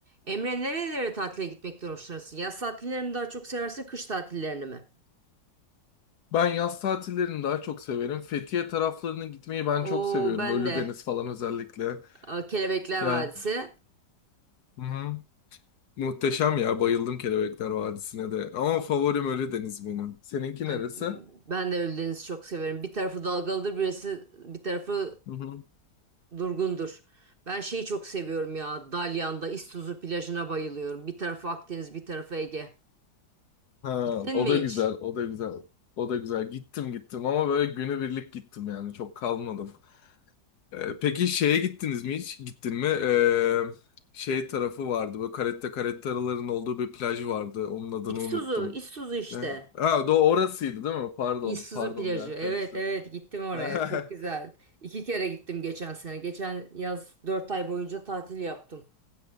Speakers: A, on the right; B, on the left.
A: Emre nerelere tatile gitmekten hoşlanırsın? Yaz tatillerini mi daha çok seversin, kış tatillerini mi?
B: Ben yaz tatillerini daha çok severim. Fethiye taraflarına gitmeyi ben
A: Oo
B: çok seviyorum.
A: ben
B: Ölüdeniz
A: de
B: falan özellikle.
A: e, Kelebekler
B: Yani
A: Vadisi.
B: hı hı. Muhteşem ya. Bayıldım Kelebekler Vadisi'ne de. Ama favorim Ölüdeniz benim. Seninki
A: E,
B: neresi? Hı
A: Ben de Ölüdeniz'i çok severim. Bir tarafı dalgalıdır, birisi bir tarafı
B: hı.
A: durgundur. Ben şeyi çok seviyorum ya. Dalyan'da İztuzu plajına bayılıyorum. Bir tarafı Akdeniz, bir tarafı Ege.
B: Ha,
A: Gittin
B: o
A: mi
B: da güzel,
A: hiç?
B: o da güzel. O da güzel. Gittim gittim ama böyle günübirlik gittim yani. Çok kalmadım. Ee, Peki şeye gittiniz mi hiç? Gittin mi? Ee, şey tarafı vardı. Böyle caretta carettaların olduğu bir plaj vardı. Onun adını
A: İztuzu,
B: unuttum.
A: İztuzu işte.
B: Ne? Ha, do orasıydı değil mi? Pardon.
A: İztuzu
B: Pardon
A: plajı.
B: bir an
A: Evet
B: karıştırdım.
A: evet gittim oraya.
B: <laughs>
A: Çok güzel. İki kere gittim geçen sene. Geçen yaz dört ay boyunca tatil yaptım.